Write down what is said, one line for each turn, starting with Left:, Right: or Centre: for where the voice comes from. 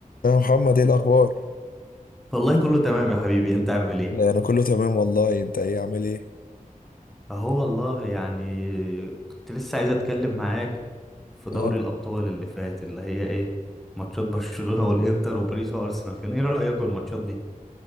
Left: يا محمد ايه الاخبار
Centre: والله كله تمام يا حبيبي انت عامل ايه
Left: انا كله تمام والله انت ايه عامل ايه
Centre: اهو والله يعني كنت لسه عايز اتكلم معاك في دوري
Left: أه.
Centre: الابطال اللي فات اللي هي ايه ماتشات برشلونة والانتر وباريس وارسنال كان ايه رأيك في الماتشات دي